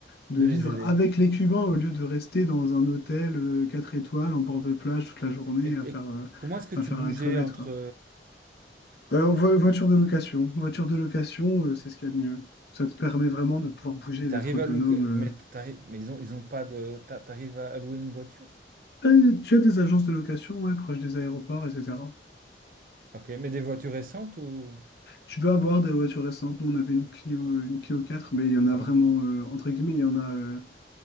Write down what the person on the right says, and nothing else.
de
les aider.
Et,
et
comment est-ce que
tu
bougeais
entre...
Et t'arrives
à louer...
Mais, t'arrives- mais ils ont, ils ont pas de... t'a- T'arrives à louer une voiture?
Ok, mais des voitures récentes ou...
Ah
bon?